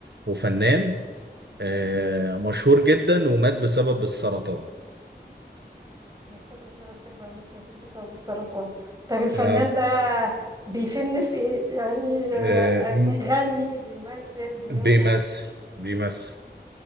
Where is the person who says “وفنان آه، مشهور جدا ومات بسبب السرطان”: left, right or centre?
Right